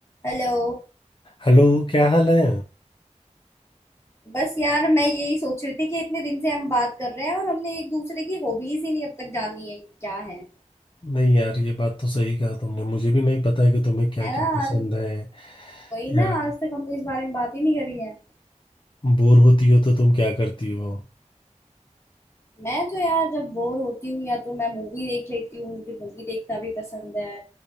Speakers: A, on the left; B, on the left.
A: Hello
B: Hello क्या हाल है
A: बस यार मैं यही सोच रही थी कि इतने दिन से हम बात कर रहे हैं और हमने एक दूसरे की हॉबीज ही नहीं अब तक जानी है कि क्या है
B: नहीं यार ये बात तो सही कहा तुमने मुझे भी नहीं पता है कि तुम्हें क्या
A: है
B: क्या
A: ना
B: पसंद
A: आज
B: है
A: वही ना
B: या
A: आज तक हमने इस बारे में बात ही नहीं करी है
B: बोर होती हो तो तुम क्या करती हो
A: मैं तो यार जब बोर होती हूँ या तो मैं मूवी देख लेती हूँ मुझे मूवी देखना भी पसंद है